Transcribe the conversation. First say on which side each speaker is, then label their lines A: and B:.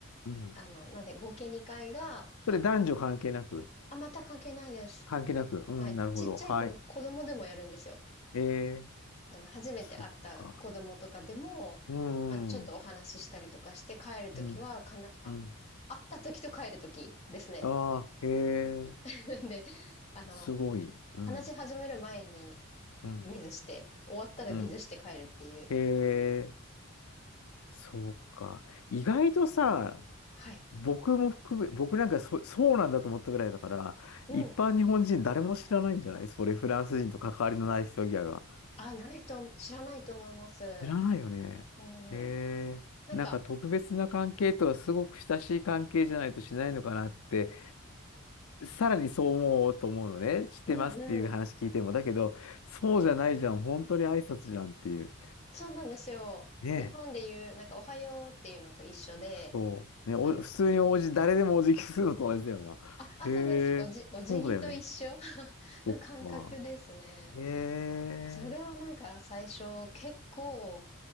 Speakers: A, on the left; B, on the left.
A: うん
B: あの、なんで合計2回が、
A: それ男女関係なく。
B: あの、あ、また関係ないです。
A: 関係なく。うん。
B: はい。
A: なるほど。
B: ちっちゃい子も子供でもやるんですよ。
A: はい。ええ。
B: あの、初めて会った子供とかでも、
A: そっか。うん。
B: あの、ちょっとお話ししたりとかして帰るときは、
A: うん。
B: かな、あ、
A: うん。
B: 会ったときと帰るときですね。
A: ああ、へえ。
B: <laughs> なんで、あの、
A: すごい。うん。
B: 話し始める前に、
A: うん。
B: 水して、終わったら水して帰るっていう。
A: うん。へえ。そうか。意外とさ、
B: はい。
A: 僕も含め、僕なんかそ、そうなんだと思ったぐらいだから、
B: うん。
A: 一般日本人誰も知らないんじゃないそれ、フランス人と関わりのない人以外は。
B: あ、ないと、知らないと思います。
A: 知らないよね。
B: うん。
A: へえ。
B: なんか、
A: なんか特別な関係とはすごく親しい関係じゃないとしないのかなって、さらにそう思うと思うのね。知ってますっていう話聞いても。
B: うんうん。
A: だけど、そうじゃないじゃん。本当に挨拶じゃんっていう。
B: そうなんですよ。
A: ねえ。
B: 日本で言う、なんか、おはようっていうのと一緒で、
A: そう。ね、お、
B: あの、
A: 普通におじ、誰でもお辞儀するのと同じだよな。
B: あ、あ、
A: へ
B: そうです。おじ、
A: え。
B: お辞儀と一緒
A: そうだよね。
B: <laughs>
A: そっか。
B: の感覚ですね。
A: へえ、
B: それはなんか、最初、結構、